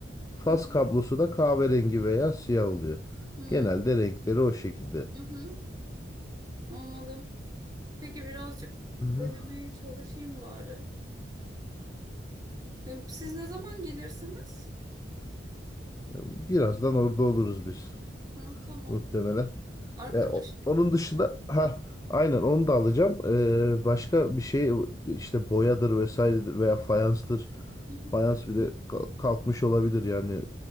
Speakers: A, on the left; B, on the right.
A: Faz
B: hı,
A: kablosu da kahverengi veya siyah oluyor.
B: hı
A: Genelde renkleri o şekilde.
B: hı, anladım. Peki birazcık
A: Hı hı.
B: denemeye çalışayım bari. Ya, Siz ne zaman gelirsiniz?
A: Birazdan orada oluruz biz
B: Ha, tamam.
A: muhtemelen.
B: Arkadaş.
A: Ya o- onun dışında ha
B: Hı
A: aynen onu da alacağım. Ee, başka bir şey işte boyadır vesairedir veya fayanstır.
B: hı,
A: Fayans bile ka- kalkmış olabilir yani